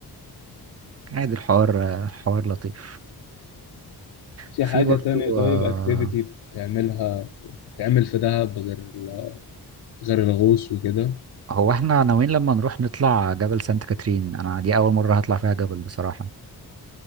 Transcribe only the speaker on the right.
عادي الحوار الحوار لطيف
في
برضو
آه،
هو احنا ناويين لما نروح نطلع جبل سانت كاترين انا دي اول مرة هطلع فيها جبل بصراحة